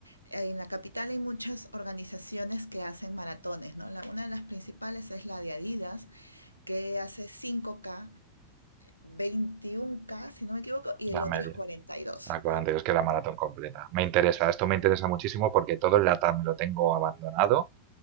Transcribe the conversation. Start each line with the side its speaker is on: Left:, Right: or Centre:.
Left: eh, en la capital hay muchas organizaciones que hacen maratones, ¿no? La- una de las principales es la de Adidas, que hace cinco k veintiún k si no me equivoco, y el
Right: La
Left: otro
Right: media,
Left: es cuarenta y dos.
Right: la 42, que es la maratón completa. Me interesa, esto me interesa muchísimo porque todo el LATAM lo tengo abandonado